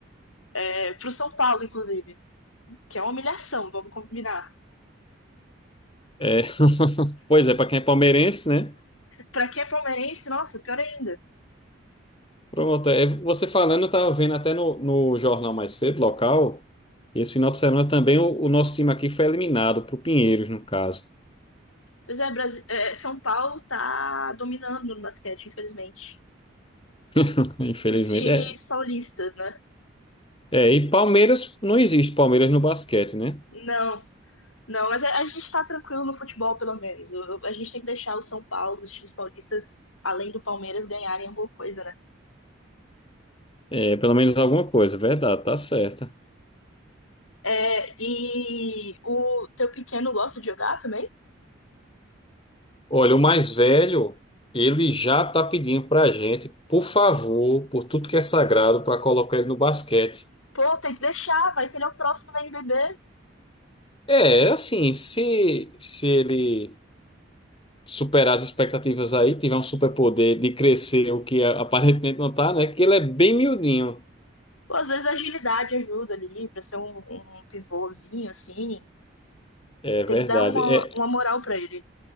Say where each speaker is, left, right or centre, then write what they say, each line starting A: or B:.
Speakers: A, on the left; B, on the left.
A: É, pro São Paulo, inclusive. Que é uma humilhação, vamos combinar.
B: É. <laughs> Pois é, para quem é palmeirense, né?
A: Pra quem é palmeirense, nossa, pior ainda.
B: Pronto, é, você falando, eu tava vendo até no, no jornal mais cedo, local, e esse final de semana também o, o nosso time aqui foi eliminado pro Pinheiros, no caso.
A: Pois é, Brasi- é, São Paulo tá dominando no basquete, infelizmente.
B: <laughs> Infelizmente.
A: Os times
B: É,
A: paulistas, né?
B: é, e Palmeiras, não existe Palmeiras no basquete, né?
A: Não, Não, mas a, a gente tá tranquilo no futebol, pelo menos. O- a gente tem que deixar o São Paulo, os times paulistas, além do Palmeiras, ganharem alguma coisa, né?
B: É, pelo menos alguma coisa, é verdade, tá certa
A: É, e o teu pequeno gosta de jogar também?
B: Olha, o mais velho, ele já tá pedindo pra gente, por favor, por tudo que é sagrado, para colocar ele no basquete.
A: Pô, tem que deixar, vai que ele é o próximo da NBB.
B: É, assim, se, se ele superar as expectativas aí, tiver um superpoder de crescer, o que a- aparentemente não tá, né? Que ele é bem miudinho.
A: Pô, às vezes a agilidade ajuda ali, pra ser um, um pivôzinho, assim.
B: É
A: Tem
B: verdade,
A: que dar uma,
B: é,
A: uma moral pra ele.